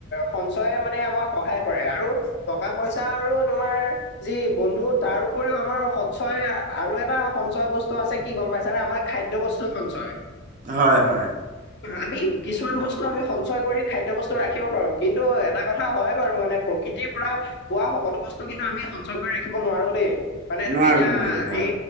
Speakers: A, on the left (about 55°); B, on the right (about 40°).
A: সঞ্চয় মানে আমাক সহায় কৰে। আৰু টকা-পইচা আৰু তোমাৰ যি বন্ধু, তাৰ উপৰিও আমাৰ সঞ্চয় আৰু এটা সঞ্চয় বস্তু আছে, কি গম পাইছানে? আমাক খাদ্য বস্তু সঞ্চয়।
B: হয় হয়।
A: আমি কিছুমান বস্তু, আমি সঞ্চয় কৰি খাদ্য বস্তু ৰাখিব পাৰো। কিন্তু এটা কথা হয় বাৰু মানে প্ৰকৃতিৰ পৰা পোৱা সকলো বস্তু কিন্তু আমি সঞ্চয় কৰি ৰাখিব নোৱাৰো দেই। মানে তুমি
B: নোৱাৰো
A: এতিয়া
B: নোৱাৰো হয়
A: এই